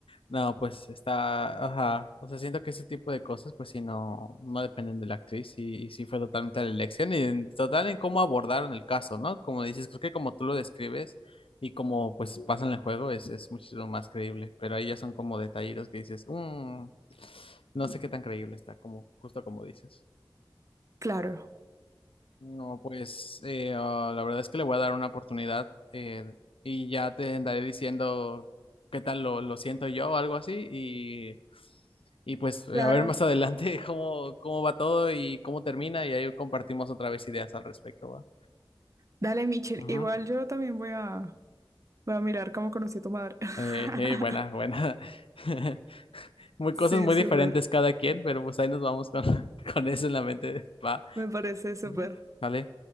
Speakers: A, on the left; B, on the right.
A: No, pues está, ajá. O sea, siento que ese tipo de cosas, pues sí, no, no dependen de la actriz y, y sí fue totalmente la elección y en total en cómo abordaron el caso, ¿no? Como dices, creo que como tú lo describes y como pues pasa en el juego es, es muchísimo más creíble, pero ahí ya son como detallitos que dices, "Mm, no sé qué tan creíble está, como justo como dices.
B: Claro.
A: No, pues eh, ah, la verdad es que le voy a dar una oportunidad eh, y ya te andaré diciendo qué tal lo, lo siento yo o algo así y, y pues a
B: Claro.
A: ver más adelante <laughs> cómo, cómo va todo y cómo termina y ahí compartimos otra vez ideas al respecto, ¿va?
B: Dale, Michelle.
A: Ujú.
B: Igual yo también voy a, voy a mirar cómo conocí a tu madre. <laughs>
A: Eh, eh, buena, buena. <laughs> Muy
B: Sí,
A: cosas muy
B: súper.
A: diferentes cada quien, pero pues ahí nos vamos con, <laughs> con eso en la mente, ¿va?
B: Me parece súper.
A: Ujú. ¿Vale?